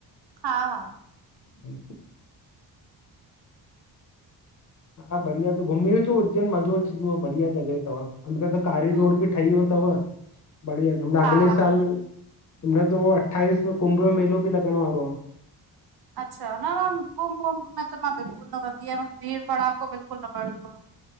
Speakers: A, on the right (about 55°); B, on the left (about 40°).
A: हा हा
B: हूं हा बढ़िया त घुमी अचो उज्जैन मज़ो अचींदो बढ़िया जॻहि अथव अंदर त कारीडोर
A: हम
B: बि ठही वियो थव। बढ़िया त म अगले
A: हा
B: साल न त पो अठावीस में कुंभ जो मेलो बि लॻण वारो आ।
A: अच्छा न न कुंभ वुंभ में त मां बिल्कुल न वेंदी आहियां मूंखे भीड़ भड़ाको बिल्कुल न वणंदो आ।